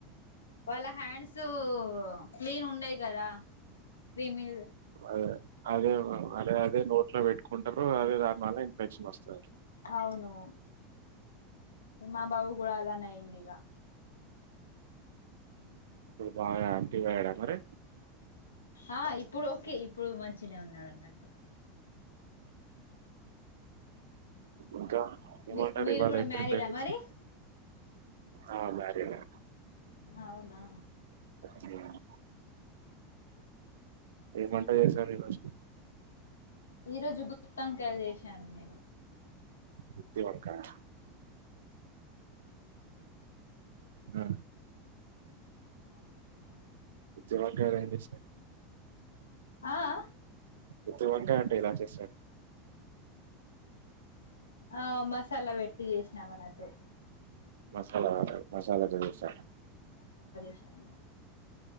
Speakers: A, on the left (about 85°); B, on the right (about 75°).
A: వాళ్ళ హ్యాండ్స్ క్లీన్ ఉండేయి కదా క్ర్రిమి
B: అదే అదే అదే అదే నోట్లో పెట్టుకుంటారు అదే దానివల్ల ఫెక్షన్ వస్తది
A: అవును మా బాబు కూడా అలానే యిందీగా
B: ఇప్పుడు బాగా యాక్టివ్ అయ్యాడా మరి
A: ఆ ఇప్పుడు ఓకే ఇప్పుడు మంచిన ఉన్నాడు అన్నట్టు
B: ఇంకా ఏమంటారు
A: మీ మీరు
B: ఇవాళ
A: కూడా
B: ఏం
A: మ్యారీడా
B: ప్రిపేర్ చేసి
A: మరి
B: ఆ మ్యారీడ ఏ
A: అవునా
B: ఉమ్ ఏమమంటా చేసారు ఎరోజు
A: ఈ రోజు గుత్వాన్కాయలు చెస్ చెన్నను
B: గుత్తి వంకాయ ఆ,
A: ఆ <unintelligible>
B: దివాకర్ ఎమ్ చెసారు
A: ఆ ఆ
B: గుతువంకాయ అంటే ఎలా చేశారు
A: ఆ మసాలా పెట్టి చేసినాం అన్నట్టు
B: మసాలా మసాలా జడుస
A: అ